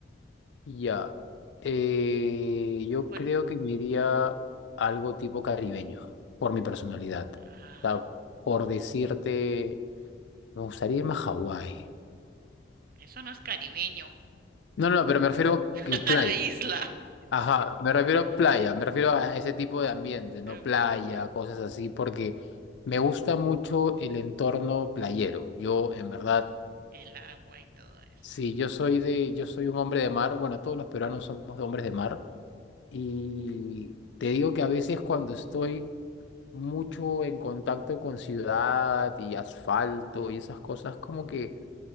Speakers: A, on the left; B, on the right.
A: Ya. Eh, yo
B: Por-
A: creo que me iría algo tipo caribeño, por mi personalidad.
B: ah,
A: O sea, por decirte, me gustaría irme a Hawái.
B: eso no es caribeño,
A: No, no, pero me refiero
B: <laughs>
A: a playa.
B: a la isla.
A: Ajá, me refiero a playa, me refiero a ese tipo de ambiente, no
B: Ok,
A: playa,
B: ok.
A: cosas así, porque me gusta mucho el entorno playero. Yo, en verdad,
B: El agua y todo eso.
A: Sí, yo soy de, yo soy un hombre de mar. Bueno, todos los peruanos somos de hombres de mar. Y te digo que a veces cuando estoy mucho en contacto con ciudad y asfalto y esas cosas, como que,